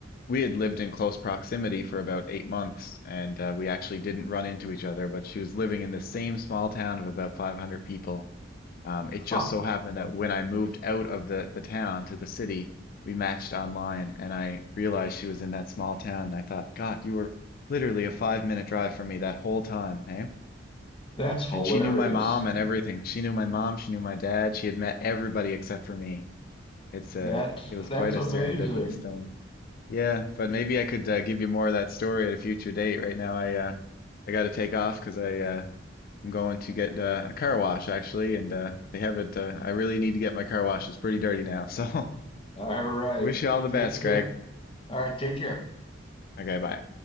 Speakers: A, on the left; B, on the left.
A: we had lived in close proximity for about eight months, and uh, we actually didn't run into each other. But she was living in the same small town of about 500 people um, it just
B: Huh,
A: so happened that when I moved out of the, the town to the city, we matched online and I realized she was in that small town. And I thought, God, you were literally a five minute drive from me that whole time, eh?
B: that's hilarious.
A: And she knew my mom and everything. She knew my mom, she knew my dad, she had met everybody except for me. It's a,
B: That's
A: it was
B: that's
A: quite a
B: amazing.
A: serendipitous thing. Yeah, but maybe I could uh, give you more of that story at a future date. Right now, I uh, I got to take off because I uh, I'm going to get uh, a car wash actually, and uh, they have it. Uh, I really need to get my car wash. It's pretty dirty now. So <laughs>
B: All right.
A: wish you all the
B: Take
A: best,
B: care.
A: Greg.
B: All right, take care.
A: Okay, bye.